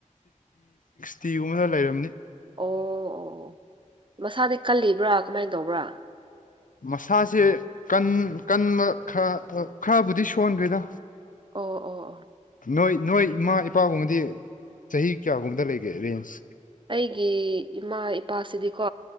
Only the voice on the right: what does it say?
ꯑꯣ ꯑꯣ ꯑꯣ ꯃꯁꯥꯗꯤ ꯀꯜꯂꯤꯕ꯭ꯔꯥ ꯀꯃꯥꯏꯅ ꯇꯧꯕ꯭ꯔꯥ
ꯑꯣ ꯑꯣ ꯑꯣ
ꯑꯩꯒꯤ ꯏꯃꯥ ꯏꯄꯥꯁꯤꯗꯤꯀꯣ